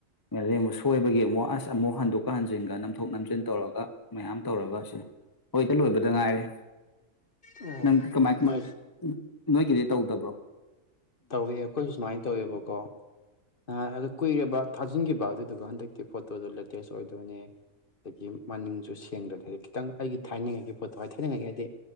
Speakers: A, on the left; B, on the left.
A: ꯃꯦꯜꯂꯗꯤ ꯑꯃꯨꯛ ꯁꯣꯏꯕꯒꯤ ꯑꯃꯨꯛ ꯑꯁ ꯑꯃꯨꯛ ꯍꯟꯗꯣꯛꯀ ꯍꯟꯖꯤꯟꯒ ꯅꯝꯊꯣꯛ ꯅꯝꯁꯤꯟ ꯇꯧꯔꯒ ꯃꯌꯥꯝ ꯇꯧꯔꯒ ꯑꯁꯤ ꯍꯧꯖꯤꯛꯇꯗ ꯂꯣꯏꯕꯗ ꯉꯥꯏꯔꯦ꯫
B: ꯑꯣ
A: ꯅꯪꯗꯤ ꯀꯃꯥꯏ ꯀꯃꯥꯏ
B: ꯅꯣꯏ
A: ꯅꯣꯏꯒꯤꯗꯤ ꯇꯧꯗꯕ꯭ꯔꯣ꯫
B: ꯇꯧꯋꯦ ꯑꯩꯈꯣꯏꯁꯨ ꯁꯨꯃꯥꯏꯅ ꯇꯧꯋꯦꯕꯀꯣ <unintelligible> ꯀꯨꯏꯔꯕ ꯊꯥꯖꯤꯟꯈꯤꯕ ꯑꯗꯨꯗꯨꯒ ꯍꯟꯗꯛꯀꯤ ꯐꯣꯇꯣꯗꯣ ꯂꯦꯇꯦꯁ ꯑꯣꯏꯗꯣꯏꯅꯦ ꯑꯗꯒꯤ ꯃꯅꯤꯡꯖꯨ ꯁꯦꯡꯗ꯭ꯔꯗꯤ ꯈꯤꯇꯪ ꯑꯩꯒꯤ ꯊꯥꯏꯅꯤꯡꯉꯥꯏꯒꯤ ꯐꯣꯇꯣ ꯍꯥꯏꯇ <unintelligible> ꯊꯥꯏꯅꯤꯡꯉꯒꯤ ꯍꯥꯏꯗꯤ